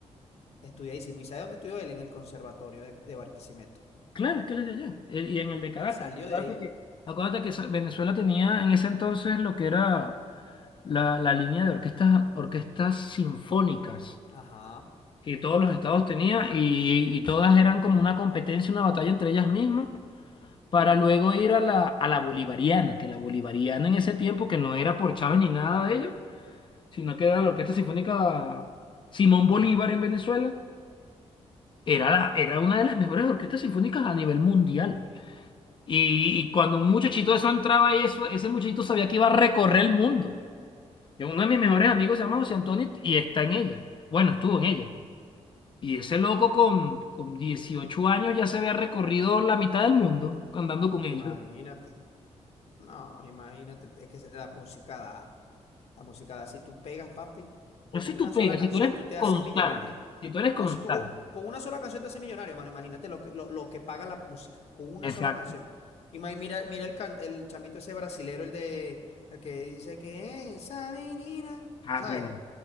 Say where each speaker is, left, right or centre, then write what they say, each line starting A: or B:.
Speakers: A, on the left; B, on the left.
A: estudiadísimo. ¿Y sabe dónde estudió él? En el conservatorio de, de Barquisimeto.
B: claro, es que él es de allá, Él- y en el de Caracas.
A: Él salió
B: Acuérdate
A: de ahí.
B: que, acuérdate que esa- Venezuela tenía en ese entonces lo que era la, la línea de orquestas, orquestas sinfónicas
A: Ajá.
B: que todos los estados tenían y, y todas eran como una competencia, una batalla entre ellas mismas. para luego ir a la, a la bolivariana, que la bolivariana en ese tiempo, que no era por Chávez ni nada de ello, sino que era la Orquesta Sinfónica Simón Bolívar en Venezuela. Era, la- era una de las mejores orquestas sinfónicas a nivel mundial. Y, y cuando un muchachito de eso entraba ahí, eso, ese muchachito sabía que iba a recorrer el mundo. Y uno de mis mejores amigos se llama José Antonio y está en ella. Bueno, estuvo en ella. Y ese loco con, con 18 años ya se había recorrido la mitad del mundo andando con
A: Imagínate,
B: ellos.
A: no, imagínate, es que la música da, la música da, si tú pegas, papi, con
B: No sé
A: una
B: si tú
A: sola
B: pegas,
A: canción
B: si tú eres
A: tú te haces
B: constante,
A: millonario.
B: si tú eres constante.
A: No, si tú con, con una sola canción te haces millonario, mano, imagínate lo que, lo, lo que paga la música, con una
B: Exacto.
A: sola canción. Ima- mira, mira el, can- el chamito ese brasilero, el de, el que dice que esa menina,
B: Ah,
A: ¿sabes?
B: pues,